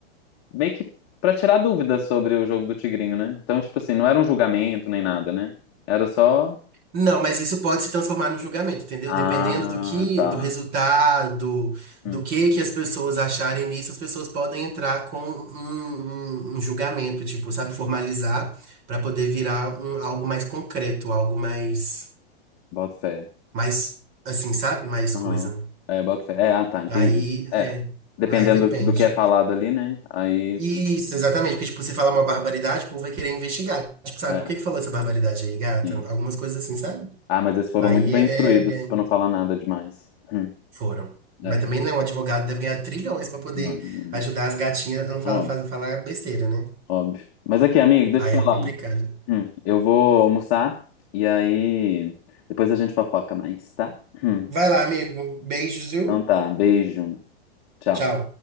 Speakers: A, on the left (about 30°); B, on the right (about 30°).
A: meio que para tirar dúvidas sobre o jogo do Tigrinho, né? Então, tipo assim, não era um julgamento nem nada, né? Era só.
B: Não, mas isso pode se transformar num julgamento, entendeu?
A: Ah,
B: Dependendo do que,
A: tá.
B: do resultado, do
A: Hum,
B: que que as pessoas acharem nisso, as pessoas podem entrar com um, um- um julgamento, tipo, sabe, formalizar para poder virar um- algo mais concreto, algo mais,
A: boto fé.
B: mais, assim, sabe, mais
A: Aham.
B: coisa.
A: É, boto fé. É, ah, tá, entendi.
B: Aí,
A: É.
B: é,
A: Dependendo
B: aí depende.
A: do que é falado ali, né? Aí
B: Isso, exatamente, porque, tipo, você falar uma barbaridade, o povo vai querer investigar. Tipo, sabe,
A: É,
B: por que que falou essa barbaridade aí, gata?
A: sim.
B: Algumas coisas assim, sabe?
A: Ah, mas eles foram
B: Aí
A: muito bem
B: é.
A: instruídos,
B: é
A: pra não falar nada demais. Hum,
B: Foram. Mas
A: é,
B: também não, um advogado deve ganhar trilhões pra poder
A: Hum,
B: ajudar as gatinhas a não falar,
A: óbvio,
B: fazer- falar besteira, né?
A: óbvio. Mas aqui, amigo, deixa
B: Aí
A: eu
B: é
A: te falar.
B: complicado.
A: Hum, eu vou almoçar e aí depois a gente fofoca mais, tá? Hum,
B: Vai lá, amigo. Beijos, viu?
A: então tá, beijo, tchau.
B: Tchau.